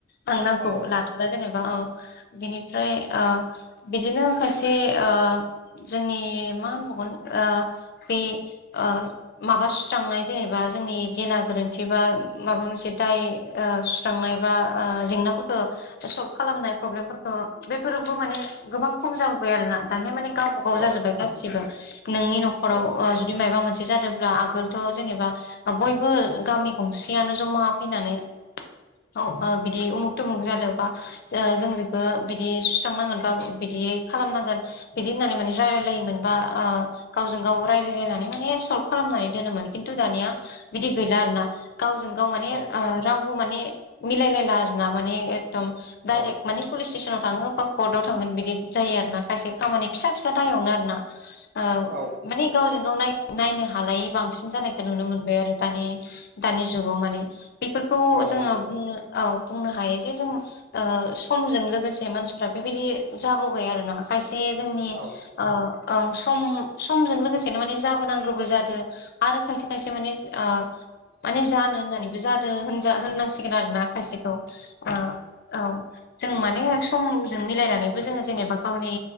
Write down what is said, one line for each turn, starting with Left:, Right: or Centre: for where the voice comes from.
Left: आं नामखौ
Right: औ
Left: लाथ'ला जेनेबा औ बिनिफ्राय ओ बिदिनो खायसे ओ जोंनि मा होनबावगोन ओ बि ओ माबा सुस्रांनाय जेनेबा जोंनि गेना गोरोन्थि बा माबा मोनसे दाय ओ सुस्रांनाय बा ओ जेंनाफोरखौ सल्भ खालामनाय प्रबलेमफोरखौ बैफोरबो माने गोबां खम जाबोबाय आरोना। दानिया माने गावबा गाव
Right: औ
Left: जाजोब्बाय गासिबो नोंनि न'खराव
Right: औ
Left: ओ जुदि मायबा मोनसे जादोब्ला आगोलथ' जेनेबा बयबो गामि गंसेयानो जमा फैनानै <unintelligible> बिदि उमुख थुमुग जादों बा जो जों बेखौ बिदि सुस्रांनांगोन बा बि दि खालामनांगोन बिदि होननानै माने रायलायलायोमोन बा ओ गावजों गाव रायलाय लायनानै माने सल्भ खालामनानै दोनोमोन, खिन्थु दानिया बिदि गैला आरोना। गावजों गाव माने
Right: औ
Left: ओ रावबो माने मिलायलायला आरोना माने एख दुम डाइरेक्ट
Right: औ
Left: माने पुलिस स्टेसनाव थाङो बा कर्टआव थांगोन बिदि जायो आरो ना खायसे खामानि फिसा फिसा दायावनो आरोना ओ
Right: औ
Left: माने गावजों गाव नाय नायनो हालायै बांसिन जानायखौ नुनो मोनबाय आरो, दानि दानि जुगाव माने। बेफोरखौ
Right: औ
Left: जोङो
Right: नंगौ
Left: बुंनो औ बुंनो हायो जे जों ओ समजों लोगोसे मानसिफ्रा बेबायदि जाबो बाय आरोना खायसे जोंनि
Right: औ
Left: ओं सम समजों लोगोसेनो माने जाबोनांगौबो जादो आरो खायसे खायसे माने आ माने जानो होननानैबो जादो होनजा होननांसिगोन आरोना खायसेखौ। औ औ जों माने समजों मिलायनानैबो जोङो जेने बा गावनि